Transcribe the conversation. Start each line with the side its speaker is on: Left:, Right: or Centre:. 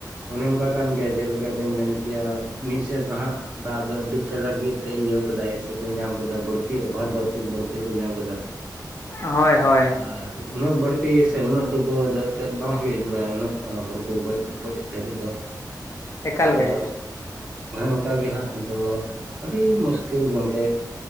Right: ᱚᱱᱮ ᱚᱱᱠᱟ ᱠᱟᱱ ᱜᱮᱭᱟ ᱡᱮᱞᱮᱠᱟ ᱵᱮᱱ ᱢᱮᱱ ᱠᱮᱭᱟ ᱢᱤᱜ ᱥᱮᱜ ᱫᱚ ᱦᱟᱸᱜ ᱫᱟᱜ ᱫᱚ ᱩᱰᱩᱠ ᱠᱟ ᱞᱟᱹᱜᱤᱜ ᱛᱮ ᱤᱭᱟᱹᱳ ᱠᱟᱫᱟᱭ ᱥᱮ ᱠᱩ ᱧᱟᱢ ᱠᱟᱫᱟ ᱵᱟᱹᱲᱛᱤ᱾ ᱵᱷᱚᱨ ᱵᱟᱹᱛᱤ ᱵᱟᱹᱲᱛᱤ ᱠᱩ ᱧᱟᱢ ᱠᱟᱫᱟ
Left: ᱦᱳᱭ ᱦᱳᱭ
Right: ᱟᱨ᱾ ᱩᱱᱟᱹᱜ ᱵᱟᱹᱲᱛᱤ ᱥᱮ ᱩᱱᱟᱹᱜ ᱰᱩᱵᱟᱹᱣ ᱫᱟᱜ ᱛᱮᱜ ᱵᱟᱝ ᱦᱩᱭᱩᱜ-ᱟ ᱡᱩᱲᱟᱣ ᱩᱱᱟᱹᱜ ᱦᱚᱲ ᱠᱚ ᱜᱚᱡ᱾ ᱴᱚᱡ ᱫᱷᱟᱹᱨᱤᱡ ᱫᱚ
Left: ᱮᱠᱟᱞ
Right: ᱟᱫᱚ
Left: ᱜᱮ
Right: ᱚᱱᱮ ᱚᱱᱠᱟᱜᱮ ᱦᱟᱸᱜ ᱟᱫᱚ᱾ ᱟᱹᱰᱤ ᱢᱩᱥᱠᱤᱞ ᱜᱚᱢᱠᱮ᱾